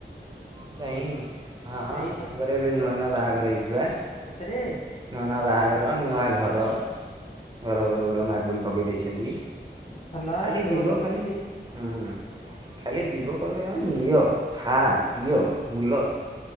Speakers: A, on the right; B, on the left.
A: କାହିଁ ହଁ
B: ଏଇ
A: ତାଙ୍କର ଏବେ ନୂଆ ନୂଆ ବାହାଘର ହେଇଚି ବା।
B: ସତେରେ।
A: ନୂଆ ନୂଆ ବାହାଘର ନୂଆ ଘର ଘର ଘରୁ ଗୁରା ମାର୍ବୁଲ ପକେଇ ଦେଇଛନ୍ତି।
B: ଭଲ
A: ଖାଲି
B: ଗ୍ରୋ
A: ଯିବ
B: କରୁଛନ୍ତି
A: ଖାଲି ହୁଁ। ଖାଲି ଯିବ କହିବ ଏ ନିଅ ଖା ପିଅ ବୁଲ।